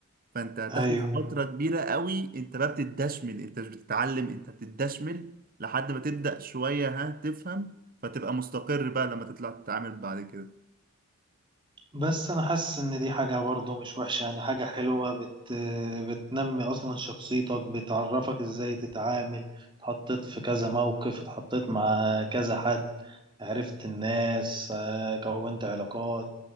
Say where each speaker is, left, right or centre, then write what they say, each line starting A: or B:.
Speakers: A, on the right; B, on the right.
A: فانت هتاخد
B: ايوه
A: فترة كبيرة قوي انت بقى بتدشمل انت مش بتتعلم انت بتدشمل لحد ما تبدأ شوية ها تفهم فتبقى مستقر بقى لما تطلع تتعامل بعد كده
B: بس انا حاسس ان دي حاجه برضه مش وحشه يعني حاجه حلوه بت بتنمي اصلا شخصيتك بتعرفك ازاي تتعامل اتحطيت في كذا موقف اتحطيت مع كذا حد عرفت الناس آه، كونت علاقات